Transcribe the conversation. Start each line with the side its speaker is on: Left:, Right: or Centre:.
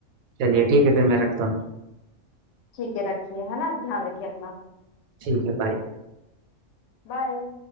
Right: चलिए ठीक है फिर मैं रखता हूँ
Left: ठीक है रखिए है ना ध्यान रखिए अपना
Right: ठीक है बाय
Left: बाय